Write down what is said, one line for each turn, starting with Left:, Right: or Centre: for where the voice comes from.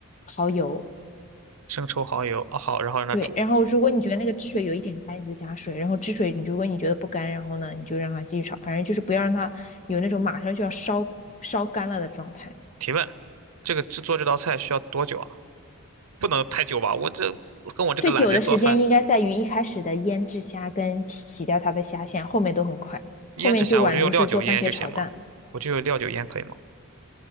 Left: 蚝油，
Right: 生抽、蚝油，啊、好，然后让它煮。
Left: 对。然后如果你觉得那个汁水有一点干，你就加水；然后汁水你如果你觉得不干，然后呢你就让它继续炒，反正就是不要让它有那种马上就要烧烧干了的状态。
Right: 提问，这个制作这道菜需要多久啊？不能太久吧？我这跟我这个懒人做饭，
Left: 最久的时间应该在于一开始的腌制虾跟洗掉它的虾线，后面都很快，
Right: 腌制虾我就用料酒腌就行吗？
Left: 后面就宛如是做番茄炒蛋，
Right: 我就用料酒腌可以吗？